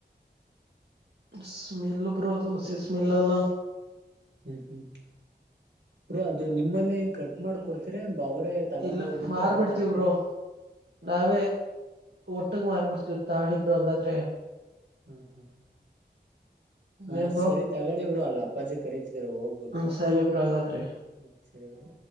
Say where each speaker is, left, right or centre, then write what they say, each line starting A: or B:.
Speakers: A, on the right; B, on the right.
A: ಸ್ಮೆಲ್ ಬರೋ ದೋಸಿ ಸ್ಮೆಲ್ ಎಲ್ಲ
B: ಹ್ಮ್ ಹ್ಮ್ ಬ್ರೋ ಅದು ನಿಮ್ಮಲ್ಲೇ ಹೆಂಗ ಕಟ್ ಮಾಡ್ಕೊಡ್ತೀರ ಅವ್ರೇ ತಗೊಂಡ್
A: ಇಲ್ಲ
B: ಹೋಗ್ಬಿಟ್ಟು
A: ಮಾರ್ಬಿಡ್ತೀವಿ
B: ಅವ್ರ ತಪ್ಪಿ
A: ಬ್ರೋ ನಾವೇ ಒಟ್ಟಗ ಮಾರ್ಬಿಡ್ತೀವ ತಾಿಬ್ರು ಹಂಗಾದ್ರೆ
B: ಹ್ಮ ಹ್ಮ್
A: ಇನ್ನೇನ್
B: ಹಾ
A: ಬ್ರೋ
B: ಸರಿ ತಗಳಿವ್ರು ಅಲ್ಲ ಅಪ್ಪಾಜಿ ಕರಿತಿದರು ಹೋಗ್ಬೇಕು
A: ಹ್ಮ ಸರಿ ಬ್ರೋ ಹಾಗಾದ್ರೆ
B: ಹ್ಮ ಸರಿ ಬರ